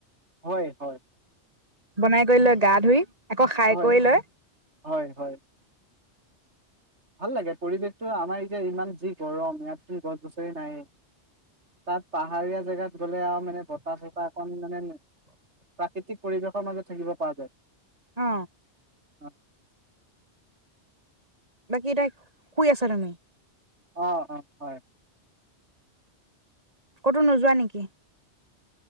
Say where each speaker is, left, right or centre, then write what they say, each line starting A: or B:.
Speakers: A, on the right; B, on the right.
A: হয় হয়
B: বনাই কৰি লৈ গা ধুই আকৌ খাই
A: হয়
B: কৰি লয়
A: হয় হয় ভাল লাগে পৰিৱেশতো আমাৰ এতিয়া ইমান যি গৰম ইয়াত গছ গছৰি নাই তাত পাহাৰীয়া জেগাত গলে আৰু মানে বতাহ চতাহ অকণ মানে প্ৰাকৃতিক পৰিৱেশৰ মাজত থাকিব পৰা যায়
B: অ
A: অ
B: বাকী এ তাই শুই আছা তুমি
A: অ অ হয়
B: ক'তো নোযোৱা নেকি